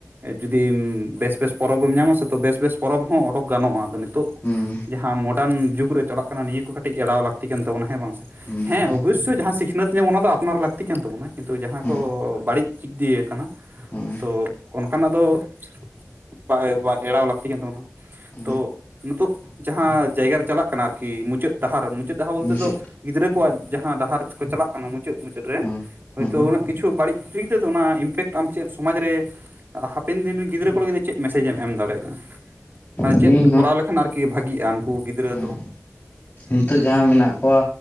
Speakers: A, on the right (about 40°); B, on the left (about 30°).
A: ᱡᱩᱫᱤᱢ ᱵᱮᱥᱼᱵᱮᱥ ᱯᱚᱨᱚᱵᱽᱮᱢ ᱧᱟᱢᱟ ᱥᱮ ᱛᱚ ᱵᱮᱥᱼᱵᱮᱥ ᱯᱚᱨᱚᱵᱽ ᱦᱚᱸ ᱚᱰᱚᱠ ᱜᱟᱱᱚᱜᱼᱟ, ᱟᱫᱚ ᱱᱤᱛᱚᱜᱼᱼ
B: ᱦᱩᱸ
A: ᱡᱟᱦᱟᱸ ᱢᱚᱰᱟᱨᱱ ᱡᱩᱜᱽ ᱨᱮ ᱪᱟᱞᱟᱜ ᱠᱟᱱᱟ ᱱᱤᱭᱟᱹ ᱠᱚ ᱠᱟᱹᱴᱼᱼ ᱴᱤᱡ ᱮᱲᱟᱣ ᱞᱟᱹᱠᱛᱤ ᱠᱟᱱ ᱛᱟᱵᱚᱱᱟ ᱦᱮᱸ ᱵᱟᱝ ᱥᱮ
B: ᱦᱩᱸ
A: ᱦᱮᱸ ᱚᱵᱚᱥᱥᱚ ᱡᱟᱦᱟᱸ ᱥᱤᱠᱷᱱᱟᱹᱛ ᱧᱟᱢᱚᱜ, ᱚᱱᱟ ᱫᱚ ᱟᱱᱟᱨ ᱞᱟᱹᱠᱛᱤ ᱠᱟᱱ ᱛᱟᱵᱚᱱᱟ᱾ ᱠᱤᱱᱛᱩ ᱡᱟᱦᱟᱸ
B: ᱦᱩᱸ
A: ᱠᱚ ᱵᱟᱹᱲᱤᱡ ᱪᱤᱠᱫᱤ ᱟᱠᱟᱱᱟ
B: ᱦᱩᱸ
A: ᱛᱚ ᱚᱱᱼᱼ ᱠᱟᱱᱟᱜ ᱫᱚ ᱵᱟᱭ ᱵᱟ ᱮᱲᱟᱣ ᱞᱟᱹᱠᱛᱤ ᱠᱟᱱ ᱛᱟᱵᱚᱱᱟ
B: ᱦᱩᱸ
A: ᱛᱚᱼᱼ ᱱᱤᱛᱚᱜ ᱡᱟᱦᱟᱸ ᱡᱟᱭᱜᱟ ᱨᱮ ᱪᱟᱞᱟᱜ ᱠᱟᱱᱟ ᱟᱨᱠᱤ ᱢᱩᱪᱟᱹᱫ ᱰᱟᱦᱟᱨ, ᱢᱩᱪᱟᱹᱫ ᱰᱟᱦᱟᱨ ᱵᱚᱞᱛᱮ
B: ᱢᱩᱪᱟᱹᱫ
A: ᱫᱚᱼᱼ ᱜᱤᱫᱽᱨᱟᱹ ᱠᱚᱣᱟᱜ ᱡᱟᱦᱟᱸ ᱰᱟᱦᱟᱨ ᱠᱚ ᱪᱟᱞᱟᱜ ᱠᱟᱱᱟ ᱢᱩᱪᱟᱹᱫᱼᱢᱩᱪᱟᱹᱫ ᱨᱮ
B: ᱦᱩᱸ
A: ᱦᱚᱭᱛᱚ
B: ᱦᱩᱸ
A: ᱩᱱᱟᱹᱜ ᱠᱤᱪᱷᱩ ᱵᱟᱹᱲᱤᱪᱼᱼ <unintelligible> ᱛᱮᱫᱚ ᱚᱱᱟ ᱤᱢᱯᱮᱠᱴ ᱟᱢ ᱪᱮᱜ ᱥᱚᱢᱟᱡᱽ ᱨᱮ ᱦᱟᱯᱮᱱ ᱫᱤᱱᱼᱼ ᱜᱤᱫᱽᱨᱟᱹ ᱠᱚ ᱞᱟᱹᱜᱤᱫ ᱪᱮᱫ ᱢᱮᱥᱮᱡ ᱮᱢ ᱫᱟᱲᱮᱭᱟᱜᱼᱟ, ᱢᱟᱱᱮ
B: ᱦᱩᱸ
A: ᱪᱮᱫ ᱠᱚᱨᱟᱣ ᱞᱮᱠᱷᱟᱱ ᱟᱨᱠᱤ ᱵᱷᱟᱹᱜᱤᱜᱼᱟ? <unintelligible> ᱠᱩ ᱜᱤᱫᱽᱨᱟᱹ
B: ᱦᱩᱸ
A: ᱫᱚᱼᱼ
B: ᱱᱤᱛᱚᱜ ᱡᱟᱦᱟᱸ ᱢᱮᱱᱟᱜ ᱠᱚᱣᱟ